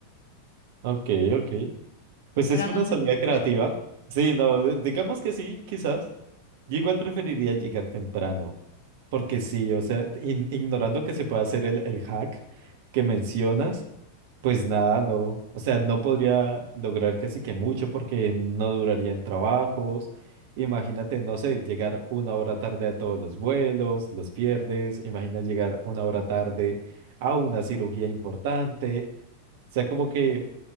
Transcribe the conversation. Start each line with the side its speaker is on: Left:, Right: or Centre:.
Right: Ok, ok. Pues
Left: Pero
Right: es una
Left: no sé
Right: salida
Left: si se
Right: creativa.
Left: pueda.
Right: Sí, no, de- digamos que sí, quizás. Yo igual preferiría llegar temprano, porque sí, o sea, in- ignorando que se pueda hacer el, el hack que mencionas, pues nada, no, o sea, no podría lograr casi que mucho porque no duraría en trabajos. Imagínate, no sé, llegar una hora tarde a todos los vuelos, los pierdes. Imagina llegar una hora tarde a una cirugía importante. O sea, como que